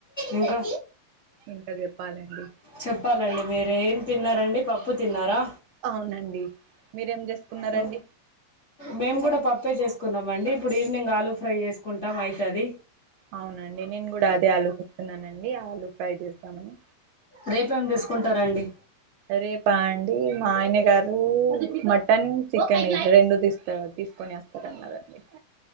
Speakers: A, on the left (about 70°); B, on the right (about 80°).
A: ఇంకా
B: ఇంకా చెప్పాలండి
A: చెప్పాలండి మీరే ఏం తిన్నారండి పప్పు తిన్నారా
B: అవునండి మీరేం చేసుకున్నారండి
A: హలో మేము కూడా పప్పే చేసుకున్నామ అండి ఇప్పుడు ఈవినింగ్ ఆలు ఫ్రై చేసుకుంటాం అయితది
B: అవునండి నేను కూడా అదే ఆలోచిస్తున్నానండి ఆలు ఫ్రై చేదామని
A: రేపేం తీసుకుంటారా అండి
B: రేపా అండి మా ఆయన గారు మటన్ చికెన్ ఇది రెండు తీస్తారు కదా తీసుకొని వస్త సరేన్నారండి <unintelligible>